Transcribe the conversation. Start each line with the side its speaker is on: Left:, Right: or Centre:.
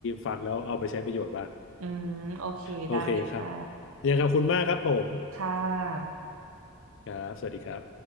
Left: ฟังแล้วเอาไปใช้ประโยชน์บ้าง
Right: อืมโอเคได้ค่ะ
Left: โอเคครับยังไงขอบคุณมากครับผม
Right: ค่ะ
Left: ครับสวัสดีครับ